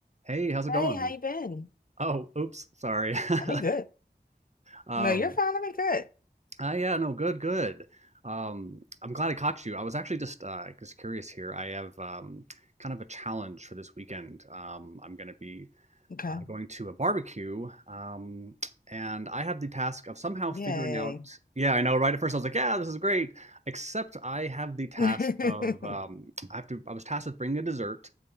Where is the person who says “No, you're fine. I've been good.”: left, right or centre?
Left